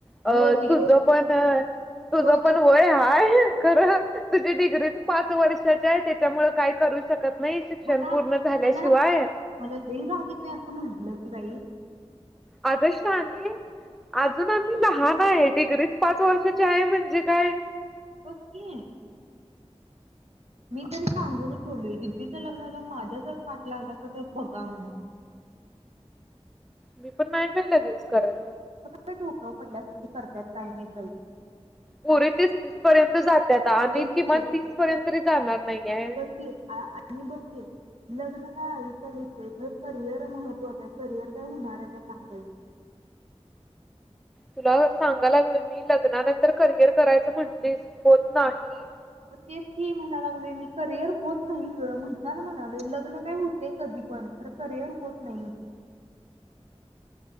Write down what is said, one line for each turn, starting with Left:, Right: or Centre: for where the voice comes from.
Centre: अ,
Right: योग योग
Centre: तुझ पण तुझ
Right: योग
Centre: पण वय हाय. खर तुझी डिग्रीच पाच वर्षाची आहे, त्येच्यामुळे काय करू शकत. नाही शिक्षण
Right: मला-मला
Centre: पूर्ण झाल्याशिवाय
Right: मला लई राग येतोय असं म्हटलं की. जाई.
Centre: आग शाहाने अजून, आम्ही लहानाय डिग्रीच पाच वर्षाची हाय म्हणजे काय.
Right: बग की मी तरी सांगून ठेवलोय दीदीच लग्न झाल्यावर माझ्या जर पाठ लागलासा तर बघा म्हणून.
Centre: मी पण नाई बाई लगेच करत.
Right: तस काही डोक्यावर पडल्यास करत्यात काय माहीत. हो.
Centre: पुरी तीस-तीस पर्यंत जात्यात आम्ही
Right: ऐक
Centre: किमान
Right: की
Centre: तीस पर्यंत तरी जाणार नाही हाय.
Right: बघ की आ- आणि बघ की लग्न काय आयुष्यात हुतयच, खरं करियर महत्त्वाचं करिअर काय होणार आहे का सांग बघू.
Centre: तुला सांगा लागालोय मी लग्नानंतर करिअर करायचं म्हंटलीस होत नाही.
Right: मग तेच की म्हणा लागलोय मी, करियर होत नाही ग. म्हणताना म्हणालोय लग्न काय हुतय कधी पण खर करियर होत नाही.